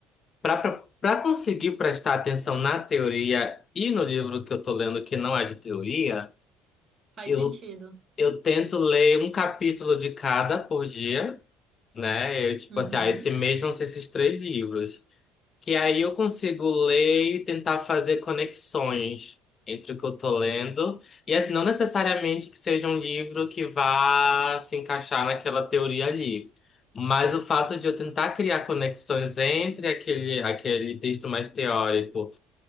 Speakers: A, on the left; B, on the right.
A: para para conseguir prestar atenção na teoria e no livro que eu tô lendo, que não é de teoria.
B: Faz
A: Eu,
B: sentido.
A: eu tento ler um capítulo de cada por dia, né? Eu, tipo
B: Uhum.
A: assim, ah, esse mês vão ser esses três livros. Que aí eu consigo ler e tentar fazer conexões entre o que eu tô lendo. E assim, não necessariamente que seja um livro que vá se encaixar naquela teoria ali. Mas o fato de eu tentar criar conexões entre aquele, aquele texto mais teórico